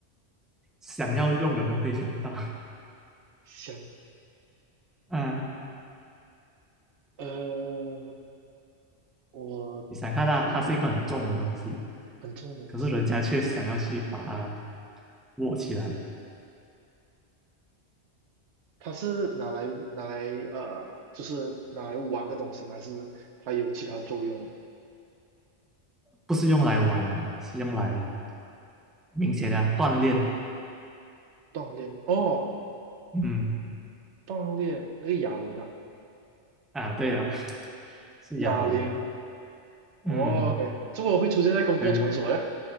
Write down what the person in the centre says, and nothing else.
想要用的都会用到。
啊，
你想看它，它是一个很重的东西，
可是人家却想要去把它握起来，
不是用来玩的、是用来明显的锻炼。
嗯。
啊，对啊，<laughs> 是哑铃。
嗯，
对